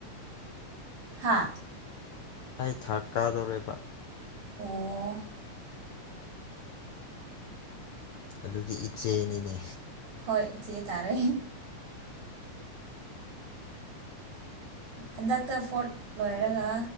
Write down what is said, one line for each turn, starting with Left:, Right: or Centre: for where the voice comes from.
Right: ꯍꯥꯥ
Left: ꯑꯩ ꯊꯥꯔꯠ ꯀꯥꯗꯧꯔꯛꯕ
Right: ꯑꯣ
Left: ꯑꯗꯨꯗꯤ ꯏꯆꯦꯅꯤꯅꯦ
Right: ꯍꯣꯏ ꯏꯆꯦ ꯇꯥꯔꯦ ꯍꯟꯗꯛꯇ ꯐꯣꯔꯠ ꯂꯣꯏꯔꯒ